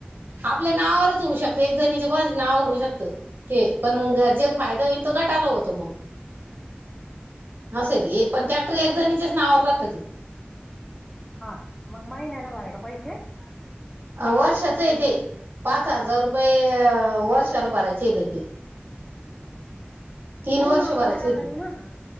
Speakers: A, on the right; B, in the centre.
A: आपल्या नावावरच होऊ शकत एक जणीच्या कोणा नाववर होऊ शकत ते पण जे फायदा होईल तो गटाला होतो मग असं ते पण ट्रॅक्टर एक जणीच्याच नावावर राहतं ते
B: हा मग महिन्यात भराय का पैसे ह <unintelligible>
A: वर्षाच आहे ते, पाच हजार रुपये ते वर्षाला भरायचेत ते तीन
B: करू
A: वर्ष
B: ना आपण
A: भरायचे
B: दहा
A: होते
B: जणी मग